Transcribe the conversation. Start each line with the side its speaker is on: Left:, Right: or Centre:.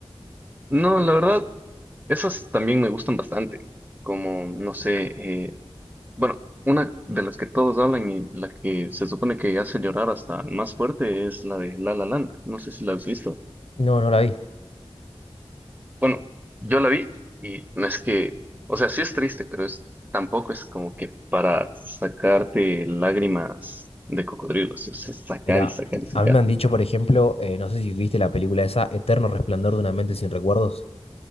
Right: No, la verdad, esas también me gustan bastante. Como, no sé, eh, bueno, una de las que todos hablan y la que se supone que hace llorar hasta el más fuerte es la de La La Land. No sé si la has visto.
Left: No, no la vi.
Right: Bueno, yo la vi y no es que, o sea, sí es triste, pero es, tampoco es como que para sacarte lágrimas de cocodrilo, sí, o sea, sacar
Left: Mira,
Right: y sacar y sacar.
Left: a mí me han dicho, por ejemplo, eh, no sé si viste la película esa, Eterno Resplandor de una mente sin recuerdos,